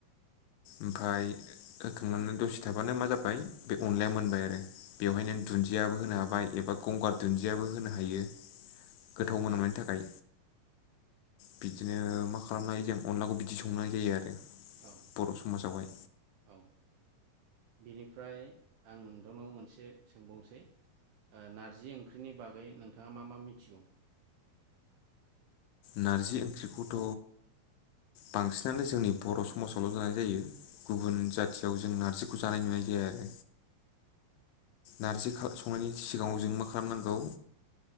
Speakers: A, on the left (about 80°); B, on the right (about 75°).
A: ओमफाय होखांनानै दसे था माबानो मा जाबाय बे अनलाया मोनबाय आरो बेवहाय
B: नंगौ
A: नों दुनजियाबो होनो हाबाय एबा गंगार दुनजियाबो होनो हायो गोथाव
B: औ
A: मोनामनायनि थाखाय बिदिनो मा खालामनाय हायो जों अनलाखौ बिदि संनाय जायो आरो।
B: औ
A: बर' समाजावहाय
B: औ बिनिफ्राय आं नोंथांनाव मोनसे सोंबावनोसै नारजि ओंख्रिनि बागै नोंथांङा मा मा मिथिगौ?
A: नारजि ओंख्रिखौथ' बांसिनानो जोंनि बर' समाजावल' जानाय जायो गुबुन जाथियाव जों नार्जिखौ जानाय नुनाय जाया आरो नारजि संनायनि सिगाङाव जों मा खालामनांगौ